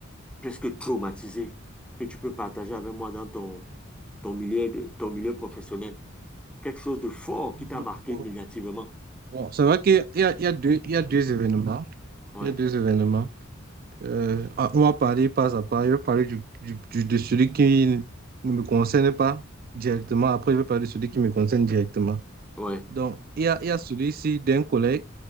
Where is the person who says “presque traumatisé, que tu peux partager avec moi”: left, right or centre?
Centre